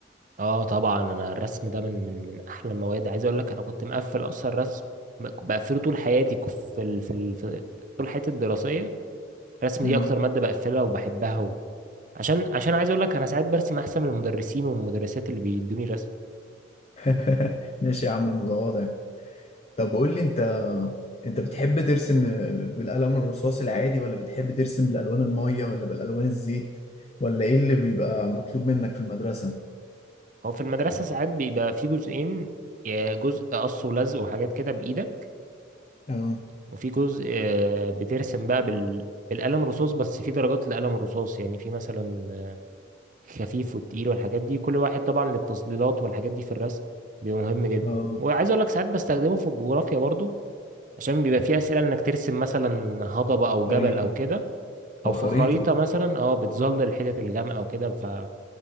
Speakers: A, on the right; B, on the left.
A: اه طبعا انا الرسم ده من من من احلى المواد عايز اقول لك انا كنت مقفل اصلا رسم بقفله طول حياتي ك- في ال... في, ال... في طول حياتي الدراسيه الرسم
B: امم
A: دي اكتر ماده بقفلها وبحبها و... عشان عشان عايز اقول لك انا ساعات برسم احسن من المدرسين والمدرسات اللي بيدوني رسم
B: <laughs> ماشي يا عم المتواضع طب قول لي انت انت بتحب ترسم بالقلم الرصاص العادي ولا بتحب ترسم بالالوان المية ولا بالالوان الزيت ولا ايه اللي بيبقى مطلوب منك في المدرسة
A: هو في المدرسه ساعات بيبقى في جزئين يا جزء قص ولزق وحاجات كده بايدك
B: اه
A: وفي جزء آه، بترسم بقى بال... بالقلم الرصاص بس في درجات لقلم الرصاص يعني في مثلا خفيف والتقيل والحاجات دي كل واحد طبعا للتظليلات والحاجات دي في الرسم بيبقى مهم جدا
B: اه
A: وعايز اقول لك ساعات بستخدمه في الجغرافيا برضو عشان بيبقى فيه اسئله انك ترسم مثلا هضبه او جبل
B: غريب
A: او كده
B: او
A: او في
B: خريطة
A: خريطه مثلا اه بتظلل الحتت الغامقه او كده ف